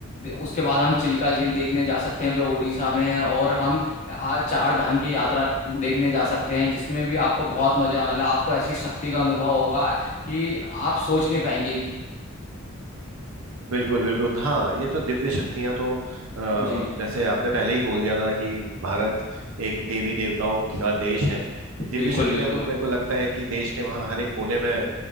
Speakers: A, on the left (about 35°); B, on the right (about 85°).
A: उसके बाद हम चिल्का झील देखने जा सकते हैं जो उड़ीसा में है और हम आ, चार धाम की यात्रा देखने जा सकते हैं जिसमें भी आपको बहुत मजा आने वाला है आपको ऐसी शक्ति का अनुभव होगा कि आप सोच नहीं पाएंगे कि
B: बिल्कुल बिल्कुल हाँ ये तो दिव्य शक्तियां तो अ,
A: जी
B: जैसे आपने पहले ही बोल दिया था कि भारत एक देवी देवताओं का देश है ये दिव्य
A: बिल्कुल
B: शक्तियां
A: बिल्कुल
B: तो मेरे को लगता है कि देश के वहाँ हर एक कोने में